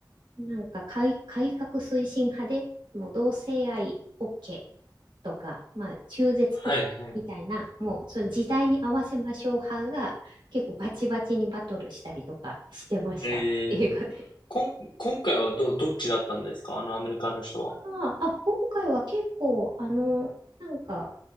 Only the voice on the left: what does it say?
はいはい。
えー、
こん、今回はど、どっちだったんですかあのアメリカの人は。